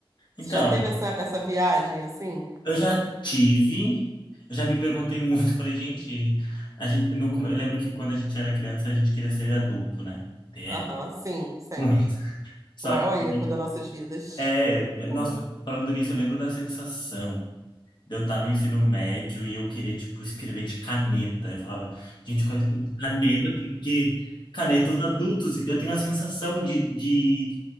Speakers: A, on the left; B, on the right.
A: Então,
B: Você já teve essa, essa viagem assim?
A: eu já tive, eu já me perguntei muito, <laughs> falei, gente, a gente, no, come- eu lembro que quando a gente era criança, a gente queria ser adulto, né? É,
B: Aham, sim, sempre.
A: muito. <laughs> Só
B: O maior
A: que,
B: erro das nossas vidas.
A: é,
B: <laughs>
A: nossa,
B: Uhum,
A: falando nisso, eu lembro da sensação de eu estar no ensino médio e eu querer, tipo, escrever de caneta. Eu falava, gente, eu quero escrever de caneta porque caneta os adultos, eu tenho a sensação de, de